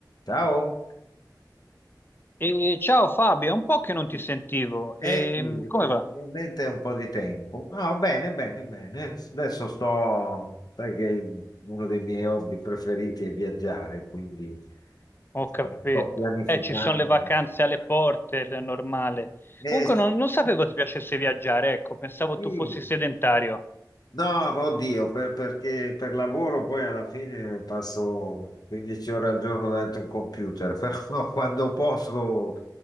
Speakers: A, on the left (about 60°); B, on the left (about 30°).
A: Ciao,
B: E ciao Fabio, è un po' che non ti sentivo.
A: eh,
B: Ehm,
A: sì, effettivamente
B: come va?
A: è un po' di tempo. No, bene, bene, bene. Adesso sto, sai che uno dei miei hobby preferiti è viaggiare, quindi
B: Ho
A: sto,
B: capito.
A: sto pianificando.
B: Eh, ci sono le vacanze alle porte, è normale.
A: Eh,
B: Comunque non, non sapevo ti piacesse viaggiare, ecco, pensavo
A: sì,
B: tu fossi sedentario.
A: No, oddio, per- perché per lavoro poi alla fine passo 15 ore al giorno davanti a un computer, <laughs> però quando posso